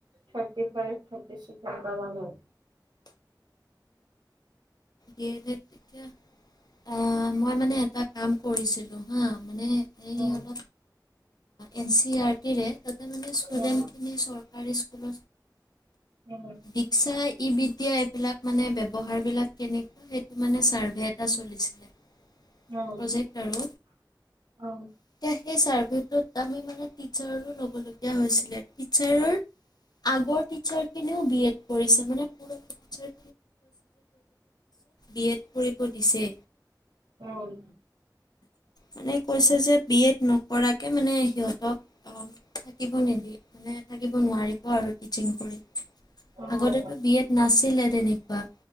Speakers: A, on the right (about 75°); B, on the left (about 60°).
A: থাৰ্টি ফাইভ থাৰ্টি চিকস এনেকোৱাই
B: য়া আহ মই মানে এটা কাম কৰিছিলো হা মানে এই
A: উম
B: অলপ এন চি আৰ টিৰে তাতে মানে ষ্টুডেন্ট
A: উম,
B: খিনি চৰকাৰী স্কুল
A: উম,
B: দিকসা ই বিদ্যা এইবিলাক মানে ব্যৱহাৰ বিলাক, কেনেকুৱা সেইটো মানে ছাৰ্ভে এটা চলিছিলে।
A: উম
B: প্ৰজেক্ট আৰু
A: উম।
B: এতিয়া সেই চাৰ্ভিটোত আমি মানে, টিচাৰো লব লগগীয়া হৈছিলে। টিচাৰৰ আগৰ টিছাৰ খিনিও বি এড কৰিছে। মানে পিছত বি এড কৰিব দিছে।
A: উম
B: মানে কৈছে যে বি এড নকৰাকে মানে সিহঁতক থাকিব নিদো, মানে থাকিব নোৱাৰিব। আৰু টিচিং কৰি
A: উম।
B: আগতেতো বি এড নাছিলে তেনেকুৱা।